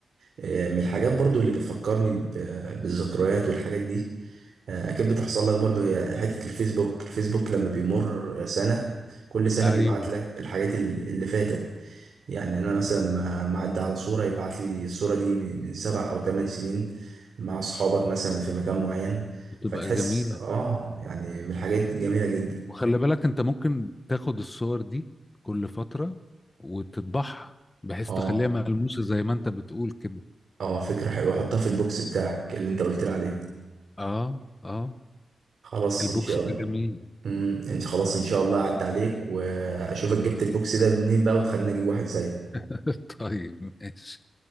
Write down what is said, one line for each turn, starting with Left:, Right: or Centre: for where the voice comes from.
Right: آه، من الحاجات برضو اللي بتفكرني ب- بالذكريات والحاجات دي آه، اكيد بتحصل لك برضو هي حتة الفيسبوك الفيسبوك لما بيمر سنة كل سنة
Left: ايوه
Right: بيبعت لك الحاجات ال- اللي فاتت يعني انا مثلا ما ما عدى على صورة يبعت لي الصورة دي من من سبع او ثمان سنين مع اصحابك مثلا في مكان معين
Left: بتبقى
Right: فتحس
Left: جميله
Right: اه يعني من الحاجات جميلة جدا
Left: وخلي بالك انت ممكن تاخد الصور دي كل فتره وتطبعها بحيث
Right: اه
Left: تخليها ملموسه زي ما انت بتقول كده
Right: اه فكرة حلوة حطها في البوكس بتاعك اللي انت قلت لي عليه
Left: اه اه
Right: خلاص
Left: البوكس
Right: ان شاء
Left: ده
Right: الله
Left: جميل
Right: امم انت خلاص ان شاء الله عدى عليك واشوفك جبت البوكس ده منين بقى وتخليني اجيب واحد زيك
Left: <laughs> طيب ماشي